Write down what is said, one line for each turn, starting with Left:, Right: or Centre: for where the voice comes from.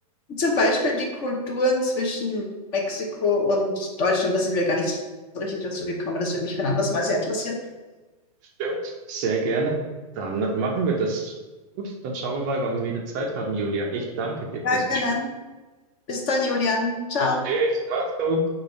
Left: Zum Beispiel die Kulturen zwischen Mexiko und Deutschland, da sind wir gar nicht so richtig dazu gekommen. Das würde mich für ein anderes Mal sehr interessieren.
Right: Stimmt, sehr gerne. Dann machen wir das. Gut, dann schauen wir mal, wann wir wieder Zeit haben, Julia. Ich danke dir
Left: Ja,
Right: fürs Gespräch.
Left: gerne. Bis dann, Julian. Ciao.
Right: Tschüss, mach's gut.